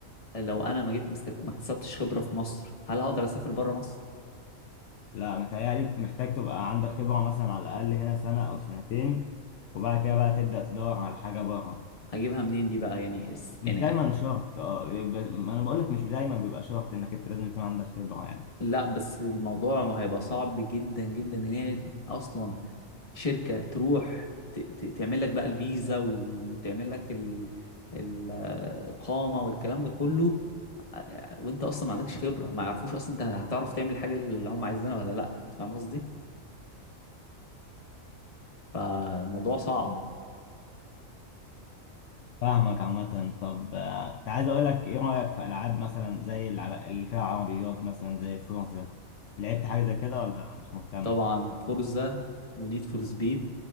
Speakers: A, on the left (about 25°); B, on the left (about 70°).
A: لو انا ما جيت مستك... ما اكتسبتش خبره في مصر هل هقدر اسافر بره مصر
B: لا متهيألي محتاج تبقى عندك خبرة مثلا على الأقل هنا سنة أو سنتين وبعد كده بقى تبدأ تدور على حاجة بره
A: هجيبها منين دي بقى يعني اس...
B: مش
A: يعني
B: دايما شرط اه بيبقى- ما أنا بقولك مش دايما بيبقى شرط إنك أنت لازم يكون عندك خبرة يعني
A: لا بس الموضوع ما هيبقى صعب جدا جدا ان هي اصلا شركة تروح ت- ت- تعمل لك بقى الفيزا و- وتعمل لك ال- ال- الإقامة والكلام ده كله آه، وانت اصلا ما عندكش خبرة ما يعرفوش اصلا انت هتعرف تعمل الحاجة اللي هم عايزينها ولا لا أنت فاهم قصدي فالموضوع صعب
B: فاهمك عامة طب آه، كنت عايز اقول لك ايه رأيك في العاب مثلا زي الع- اللي فيها عربيات مثلا زي فرنسا لعبت حاجة زي كده ولا مش مهتم؟
A: وطبعا فورزا ونيد فور سبيد